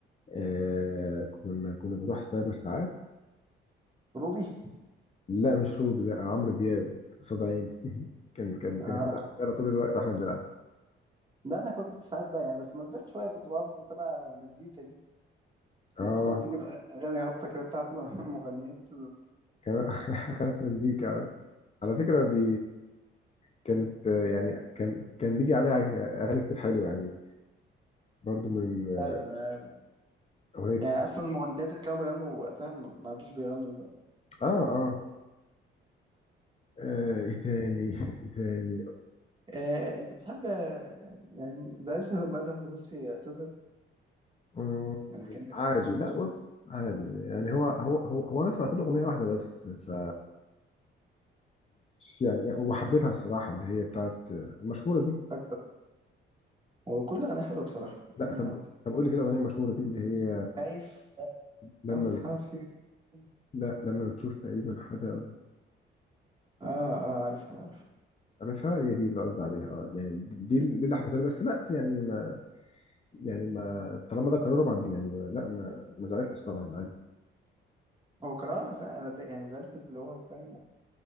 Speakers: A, on the left; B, on the right.
A: آه كنا كنا بنروح سايبر ساعات
B: روبي
A: لا مش روبي لا عمرو دياب قصاد عيني <laughs> كان كان
B: <laughs>
A: كانت
B: اه
A: بتبقى شغاله طول الوقت واحنا بنلعب
B: لا انا كنت ساعات بقى يعني بس ما كبرت شويه كنت بقعد بتابع مزيكا دي
A: اه
B: كانت بتقعد تجيب أغاني هابطة كده بتاعت م- <laughs> مغنيات
A: كان <laughs> كانت مزيكا على فكره دي كانت آه، يعني كان كان بيجي عليها اغاني كتير حلوه يعني برضو من آه،
B: فعلا أنا-
A: اغنيه
B: يعني أصلا المغنيات اللي كانوا بيغنوا وقتها ما ما عادوش بيغنوا دلوقتي
A: اه اه آه، ايه تاني ايه تاني
B: آه، أنت بتحب آه، يعني زعلت لما أدهم نابلسي اعتزل
A: مم،
B: يعني كان
A: عادي
B: لك صوته
A: لا بص عادي يعني هو هو هو, هو انا سمعت له اغنيه واحده بس فمش يعني وحبيتها الصراحه اللي هي بتاعت المشهوره دي
B: أكتر وكل أغنية حلوة بصراحة
A: لا
B: أنهي
A: طب
B: واحدة
A: طب قول لي كده الاغنيه المشهوره دي اللي هي
B: خايف
A: لما
B: أسهر
A: بت...
B: في يوم
A: لا لما بتشوف تقريبا حدا
B: آه آه عارفها عارفها
A: عارفها هي دي اللي قصدي عليها اه يعني دي دي اللي حبيتها له، بس لا يعني ما يعني ما طالما ده قرارهم عندي يعني ما- لا ما ما زعلتش طبعا عادي
B: هو قراءة أصلا أنا ده- يعني زعلت اللي هو فاهم